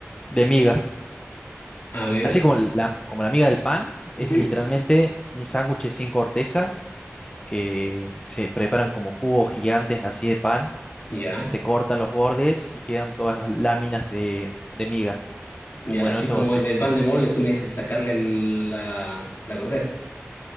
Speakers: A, on the left (about 20°); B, on the left (about 55°).
A: De miga.
B: A ver,
A: Así como la, como la miga del pan, es
B: ujú,
A: literalmente un sándwich sin corteza que se preparan como cubos gigantes así de pan
B: ya,
A: se cortan los bordes y quedan todas las láminas de, de miga.
B: ya,
A: Y bueno,
B: así
A: eso
B: como
A: se...
B: del
A: se-
B: pan de molde, tú me dices sacarle el- la, la corteza.